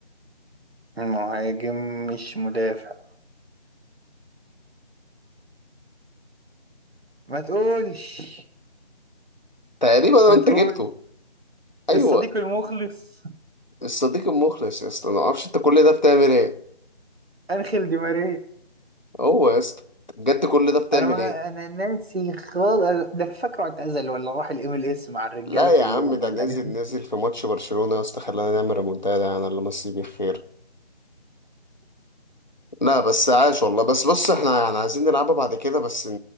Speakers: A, on the right; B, on the left.
A: مهاجم مش مدافع ما تقولش
B: تقريبا
A: ما
B: انت
A: تقول
B: جبته ايوه
A: الصديق المخلص
B: الصديق المخلص يا اسطى انا ما اعرفش انت كل ده بتعمل ايه
A: أنخيل دي ماريا
B: هو يا اسطى بجد كل ده بتعمل
A: انا ما
B: ايه؟
A: انا ناسي خالص ده أنا فاكره اعتزل ولا راح الام ال اس مع الرجاله
B: لا
A: كلهم
B: يا عم ده
A: ولا
B: نزل
A: ايه
B: نزل في ماتش برشلونة يا اسطى خلانا نعمل ريمونتادا يعني الله مسيه بالخير لا بس عاش والله بس بص احنا يعني عايزين نلعبها بعد كده بس ن...